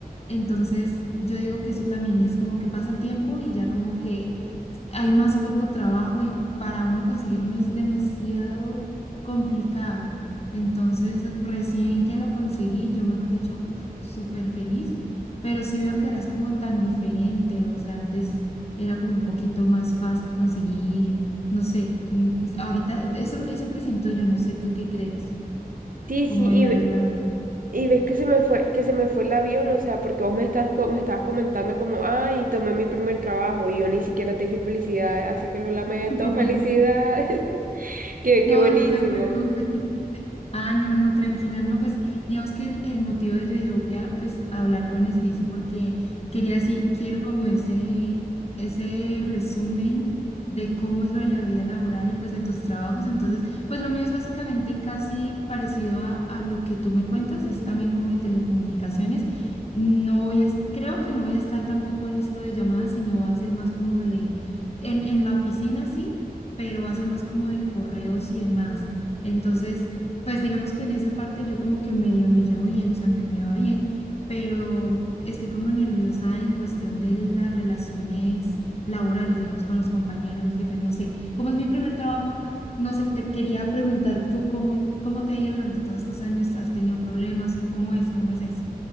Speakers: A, on the left; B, on the right.
A: Entonces, yo digo que eso también es como que pasa el tiempo y ya como que hay más poco trabajo y para uno conseguir uno es demasiado complicado. Entonces, recién que lo conseguí, yo mejor dicho, uff, súper feliz, pero sí veo que ahora es como tan diferente, o sea, antes era como un poquito más fácil conseguir, no sé, mm, ahorita eh, eso, eso presiento yo, no sé tú qué crees,
B: Sí,
A: como
B: sí,
A: de
B: y,
A: la
B: ve-
A: vida laboral.
B: y ves que se me fue, que se me fue el avión, o sea, porque vos me estás, co- me estabas comentando como, ay, tomé mi primer trabajo y yo ni siquiera te dije felicidades, así que lo lamento,
A: <laughs>
B: felicidades, <laughs> qué,
A: No,
B: qué buenísimo.
A: no te preocupes. Ah, no, no, tranquila, no, pues digamos que el, el motivo de yo dije voy a pues a hablar con Stacy porque quería sí, quiero como ese, ese resumen de cómo es lo de la vida laboral y pues de tus trabajos. Entonces, pues lo mío es básicamente casi parecido a, a lo que tú me cuentas, es también como de telecomunicaciones. No voy a, es- creo que no voy a estar tampoco en esto de llamadas, sino va a ser más como de, en, en la oficina sí, pero va a ser más como de correos y demás. Entonces, pues digamos que en esa parte yo como que medio me llevo bien, o sea, me, me va bien, pero estoy como nerviosa en cuestión de las relaciones laborales, digamos, con los compañeros, los jefes, no sé. Como es mi primer trabajo, no sé, te quería preguntar tú cómo, cómo te ha ido durante todos estos años, ¿has tenido problemas o cómo es, cómo es eso?